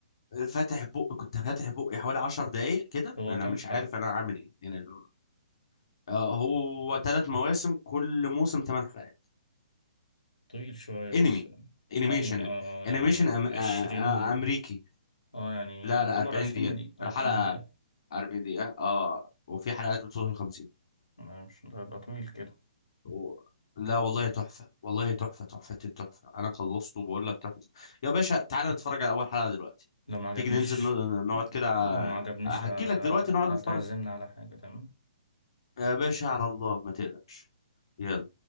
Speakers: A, on the left; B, on the left.
A: فاتح بق كنت فاتح بقي حوالي 10 دقايق كده
B: هو
A: انا
B: كام
A: مش
B: حلقة؟
A: عارف انا اعمل ايه يعني ال- آه هو ثلاث مواسم كل موسم 8 حلقات
B: طويل شوية
A: انمي
B: بس
A: انيميشن
B: أنمي اه آه،
A: انيميشن
B: يعني
A: أم... آ-
B: عشرين
A: آ- امريكي
B: اه يعني
A: لا
B: يعتبر
A: لا 40
B: عشرين
A: دقيقة
B: دقيقة
A: الحلقة
B: أربعين دقيقة
A: 40 دقيقة اه وفي حلقات بتوصل 50
B: ما- مش هيبقى طويل كده
A: و... لا والله تحفة والله تحفة تحفة التحفة انا خلصته وبقول لك تحفة يا باشا تعالى نتفرج على اول حلقة دلوقتي
B: لو ما عجبنيش
A: تيجي ننزل ن- نقعد كده
B: لو ما عجبنيش
A: هجيلك
B: ه-
A: دلوقتي نقعد نتفرج
B: هتعزمني على حاجة تمام
A: يا باشا على الله ما تقلقش يلا